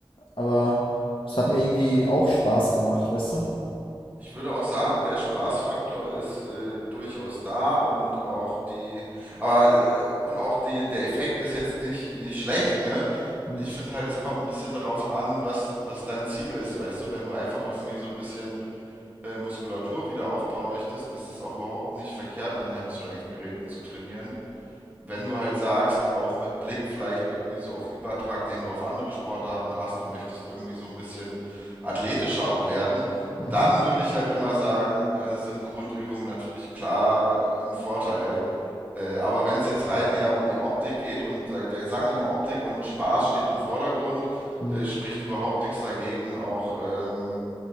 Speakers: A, on the left; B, on the right.
A: aber es hat mir irgendwie auch Spaß gemacht, weißt du?
B: Ich würde auch sagen, der Spaßfaktor ist äh, durchaus da und auch die, aber äh, und auch die, der Effekt ist jetzt nicht nicht schlecht, ne?
A: Mhm.
B: Ich finde halt, es kommt ein bisschen darauf an, was was dein Ziel ist, weißt du? Wenn du einfach irgendwie so ein bisschen äh, Muskulatur wieder aufbauen möchtest, ist es auch überhaupt nicht verkehrt, an Hammer Strength Geräten zu trainieren wenn du halt sagst, auch mit Blick vielleicht irgendwie so auf Übertrag, den du auf andere Sportarten hast, du möchtest irgendwie so ein bisschen athletischer auch werden,
A: Mhm.
B: dann würde ich halt immer sagen, äh, sind Grundübungen natürlich klar äh, im Vorteil. Äh, aber wenn es jetzt rein eher um die Optik geht und sag- sagen wir mal, Optik und Spaß steht im Vordergrund,
A: Mhm.
B: äh, spricht überhaupt nichts dagegen, auch ähm,